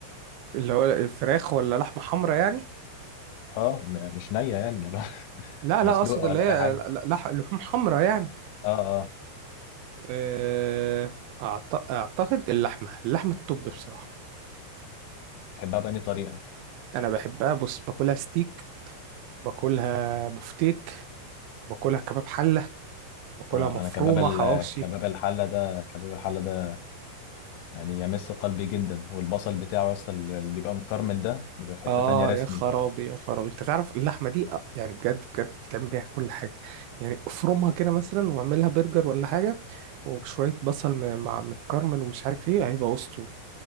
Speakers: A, on the right (about 80°); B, on the left (about 80°).
A: اللي هو الفراخ ولا لحمة حمرا يعني
B: اه م- مش نيه يعني لو <laughs>
A: لا
B: مسلوقه
A: لا اقصد اللي
B: ولا
A: هي
B: اي حاجه
A: ل- لح- لحوم حمرا يعني
B: اه اه
A: آه أعت- اعتقد اللحمة اللحمة الطب بصراحة
B: تحبها بأي طريقه
A: انا بحبها بص باكلها ستيك باكلها بفتيك باكلها كباب حلة باكلها
B: اه
A: مفرومة
B: انا كباب ال...
A: حواوشي
B: كباب الحله ده كباب الحله ده يعني يمس قلبي جدا والبصل بتاعه يا اسطى اللي بيبقى مكرمل ده بيبقى في حته
A: اه
B: تانية رسمي
A: يا خرابي يا خرابي انت تعرف اللحمه دي آه، يعني بجد بجد بتعمل بيها كل حاجه يعني افرمها كده مثلا واعملها برجر ولا حاجه وشويه بصل م- مع متكرمل ومش عارف ايه هيبقى اسطوري